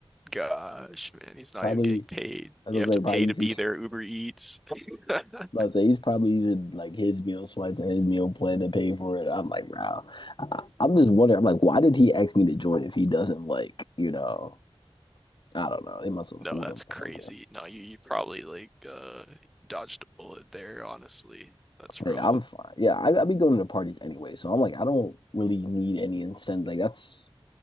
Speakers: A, in the centre; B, on the left.
A: Gosh, man. He's not
B: probably
A: even getting paid.
B: as
A: You
B: I was
A: have
B: like
A: to pay
B: probably using
A: to be there, Uber Eats. <laughs>
B: <laughs> let's say he's probably using like his meal swipes and his meal plan to pay for it I'm like wow I, I'm just wondering I'm like why did he ask me to join if he doesn't like you know I don't know they must have
A: No,
B: fooled
A: that's
B: him
A: crazy.
B: or something
A: No, you, you probably like uh dodged a bullet there, honestly. That's rough.
B: Hey, I'm fine. Yeah, I, I be going to parties anyway, so I'm like, I don't really need any incentive. Like that's,